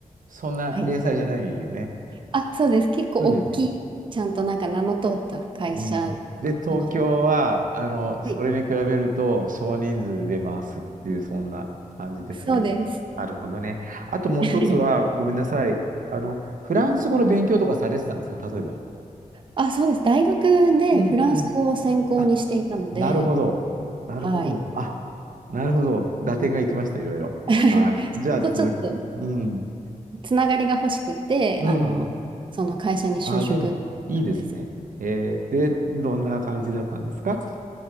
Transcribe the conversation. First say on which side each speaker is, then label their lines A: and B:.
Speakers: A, on the right; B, on the right.
A: そんな零細じゃないよね。
B: はいあ、そうです。結構大きい、
A: そうだよね。
B: ちゃんとなんか名の通った会社、
A: うん。で、東京は、
B: あの、
A: あの、それに比べると少人数で回すっていう、
B: はい
A: そんな感じですね。
B: そうです。
A: なるほどね。あともう一つは、
B: <laughs>
A: ごめんなさい。あの、フランス語の勉強とかされてたんですか例えば。
B: あ、そうです。大学でフランス語を専攻にしていたので、
A: うんうん。あ、なるほど。なるほど。
B: はい。
A: あ、なるほど。合点がいきました、いろいろ。
B: <laughs>
A: はい。じゃあ、
B: それとちょっと
A: 続き、うん。
B: つながりが欲しくて、
A: うん。
B: あの、その会社に就職なんですけど。
A: あ、でも、いいですね。えーで、どんな感じだったんですか